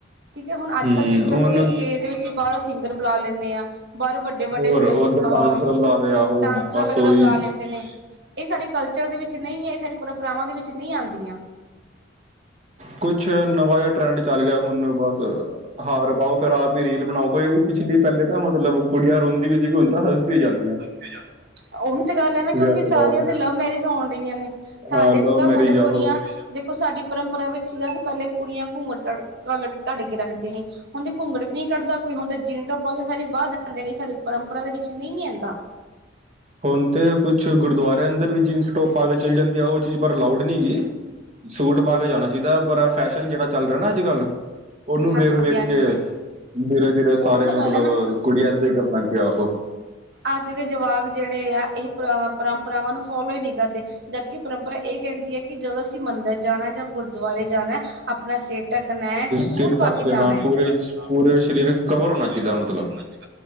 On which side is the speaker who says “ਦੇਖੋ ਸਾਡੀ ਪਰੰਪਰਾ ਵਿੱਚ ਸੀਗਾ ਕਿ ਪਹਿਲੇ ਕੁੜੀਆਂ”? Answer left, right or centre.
Right